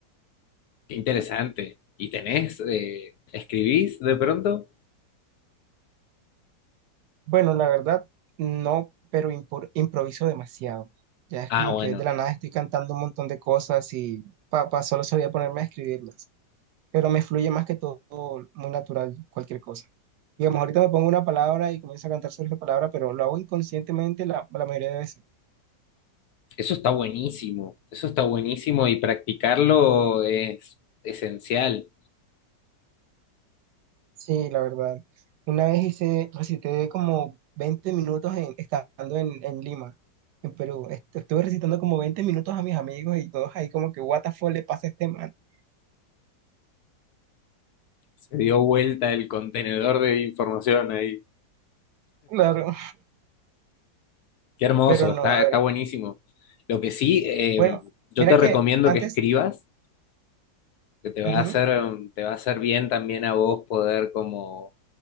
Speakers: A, on the left (about 70°); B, on the right (about 75°).
A: qué interesante. ¿Y tenés, eh, escribís de pronto?
B: Bueno, la verdad, no, pero impor- improviso demasiado. Ya es
A: Ah,
B: como
A: bueno,
B: que de la nada estoy cantando un montón de cosas y papá, solo solía ponerme a escribirlas. Pero me fluye más que todo, muy natural, cualquier cosa. Digamos, ahorita me pongo una palabra y comienzo a cantar sobre esa palabra, pero lo hago inconscientemente la, la mayoría de veces.
A: eso está buenísimo, eso está buenísimo y practicarlo es esencial.
B: Sí, la verdad. Una vez hice, recité como 20 minutos en- estando en, en Lima, en Perú. Est- Estuve recitando como 20 minutos a mis amigos y todos ahí como que, what the fuck le pasa a este man. <laughs>
A: Se dio vuelta el contenedor de información ahí.
B: Claro,
A: Qué hermoso,
B: pero no,
A: está,
B: a ver.
A: está buenísimo. Lo que sí, eh,
B: Bueno,
A: yo
B: mira
A: te recomiendo
B: que antes,
A: que escribas, que te va
B: ujú,
A: a hacer, te va a hacer bien también a vos poder como